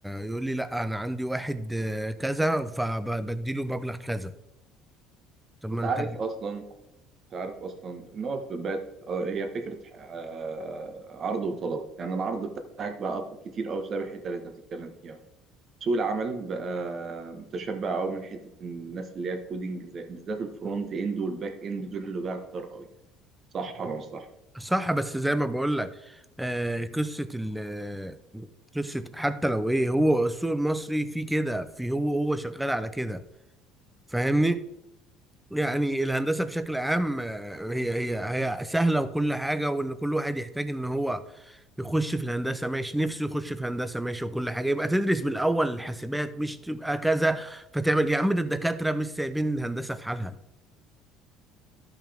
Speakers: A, in the centre; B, on the right (about 40°).
A: يقول لي لا انا عندي واحد آه، كذا فبديله مبلغ كذا طب ما
B: أنت
A: انت
B: عارف أصلا أنت عارف أصلا إن هو في البات آه، هي فكرة آه، عرض وطلب يعني العرض بتاعك بقى أف- كتير أوي بسبب الحتة اللي أنت بتتكلم فيها سوق العمل بقى متشبع قوي من حته الناس اللي هي الكودينج زي بالذات الفرونت اند والباك اند دول اللي بقى كتار قوي صح ولا مش صح؟
A: صح بس زي ما بقول لك آه، قصه ال قصه حتى لو ايه هو السوق المصري فيه كده في هو هو شغال على كده فاهمني يعني الهندسة بشكل عام آه، هي هي هي سهلة وكل حاجة وإن كل واحد يحتاج إن هو يخش في الهندسة ماشي نفسه يخش في هندسة ماشي وكل حاجة يبقى تدرس من الأول الحاسبات مش تبقى كذا فتعمل يا عم ده الدكاترة مش سايبين الهندسة في حالها